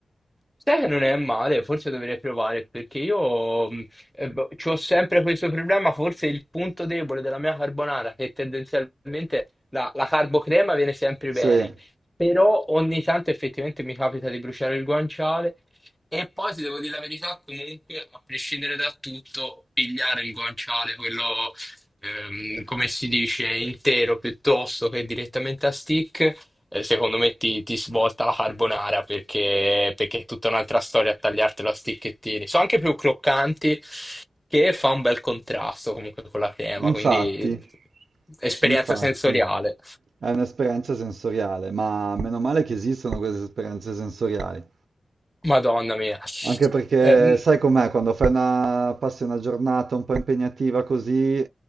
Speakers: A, in the centre; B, on the right (about 70°).
A: Sai che non è male, forse dovrei provare perché io mh, eh, boh, ci ho sempre questo problema, forse il punto debole della mia carbonara, che tendenzialmente la, la carbocrema viene sempre
B: Sì.
A: bene, però ogni tanto effettivamente mi capita di bruciare il guanciale e poi ti devo dire la verità, comunque a prescindere da tutto, pigliare il guanciale, quello ehm, come si dice, intero piuttosto che direttamente a stick eh, secondo me ti, ti svolta la carbonara perché, perché è tutta un'altra storia a tagliartela a sticchettini. Sono anche più croccanti che fa un bel contrasto comunque con la crema,
B: Infatti,
A: quindi esperienza
B: infatti,
A: sensoriale.
B: è un'esperienza sensoriale, ma meno male che esistono queste esperienze sensoriali.
A: Madonna mia.
B: Anche perché
A: Ehm,
B: sai com'è, quando fai una, passi una giornata un po' impegnativa così